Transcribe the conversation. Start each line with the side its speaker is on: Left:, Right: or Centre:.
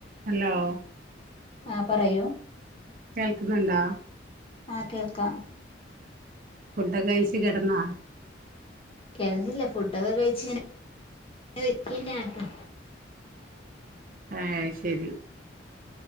Right: Hello
Left: ആ പറയൂ
Right: കേൾക്ക്ന്നുണ്ടോ?
Left: ആ കേൾക്കാ
Right: ഫുഡൊക്കെ കഴിച്ച് കെടന്നാ?
Left: കെടന്നില്ല ഫുഡൊക്കെ കഴിച്ച ഇങ്ങനെ ഇരിക്കന്നെയാണ്
Right: ഏ ശരി